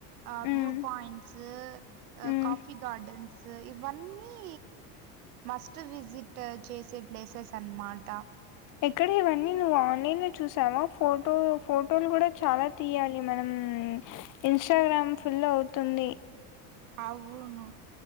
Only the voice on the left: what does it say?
మ్మ్
మ్మ్
ఎక్కడ ఇవన్నీ నువ్వు ఆన్లైన్ లో చూసావా ఫోటో ఫో హటోల్ కూడా చాలా తీయాలి మనం ఊ ఇన్స్టాగ్రామ్ ఫుల్ అవుతుంది